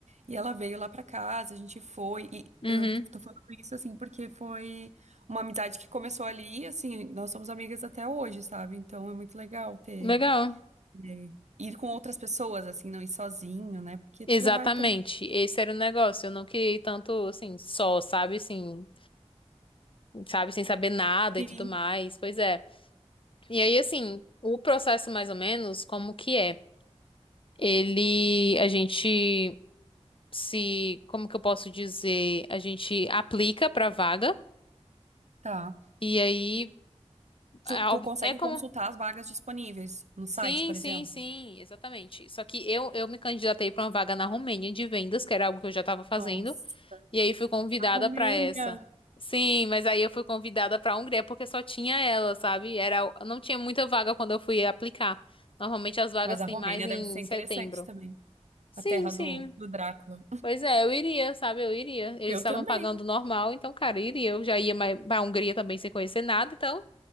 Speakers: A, on the right (about 80°); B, on the left (about 50°).
A: E ela veio lá para casa, a gente foi. E
B: Uhum.
A: eu f- tô falando isso, assim, porque foi uma amizade que começou ali, e, assim, nós somos amigas até hoje, sabe? Então é muito legal ter,
B: Legal.
A: ter- ir com outras pessoas, assim, não ir sozinho, né? Porque
B: Exatamente.
A: tu já vai também.
B: Esse era o negócio. Eu não queria ir tanto assim, só, sabe? Assim, sabe, sem saber nada
A: Sim.
B: e tudo mais. Pois é. E aí, assim, o processo mais ou menos, como que é? Ele, a gente se, como que eu posso dizer? A gente aplica pra vaga
A: Tá.
B: e aí
A: Tu,
B: é
A: tu
B: ob-
A: consegue
B: é como
A: consultar as vagas disponíveis no site,
B: Sim,
A: por
B: sim,
A: exemplo?
B: sim, exatamente. Só que eu, eu me candidatei pra uma vaga na Romênia de vendas, que era algo que eu já estava fazendo.
A: Nossa,
B: E aí fui convidada
A: a Romênia.
B: pra essa. Sim, mas aí eu fui convidada pra Hungria porque só tinha ela, sabe? Era, não tinha muita vaga quando eu fui aplicar. Normalmente as vagas
A: Mas a
B: têm
A: Romênia
B: mais em
A: deve ser
B: setembro.
A: interessante também.
B: Sim,
A: A terra
B: sim.
A: do, do Drácula.
B: Pois é, eu iria, sabe? Eu iria. Eles
A: Eu
B: estavam
A: também,
B: pagando normal, então, cara, eu iria. Eu já ia mais pra Hungria também sem conhecer nada, então.